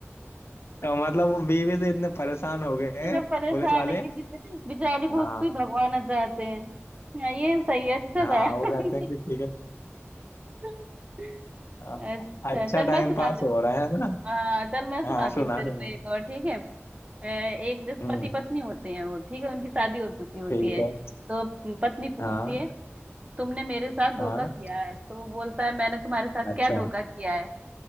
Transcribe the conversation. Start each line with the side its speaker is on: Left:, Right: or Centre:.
Left: तो मतलब वो बीवी से इतने परेशान हो गए
Right: इतना
Left: हैं
Right: परेशान
Left: पुलिस वाले
Right: है कि बेच- बेचारी को
Left: हाँ
Right: उसको ही भगवाना चाहते हैं हाँ, ये सही है, अच्छा
Left: हाँ
Right: था
Left: वो कहते हैं कि ठीक है
Right: <laughs>
Left: हाँ,
Right: अच्छा
Left: अच्छा
Right: चल
Left: टाइम
Right: मैं सुनाती
Left: पास हो रहा है ना
Right: हाँ चल मैं सुनाती
Left: हाँ सुना
Right: हूँ तेरे
Left: सुना
Right: को एक और ठीक है अ, एक जैसे
Left: हम्म
Right: पति पत्नी होते हैं वो ठीक है उनकी शादी हो चुकी होती
Left: ठीक
Right: है
Left: है
Right: तो पत्नी पूछती
Left: हाँ
Right: है तुमने मेरे साथ धोखा
Left: हाँ
Right: किया है तो वो बोलता है मैंने तुम्हारे साथ
Left: अच्छा
Right: क्या धोखा किया है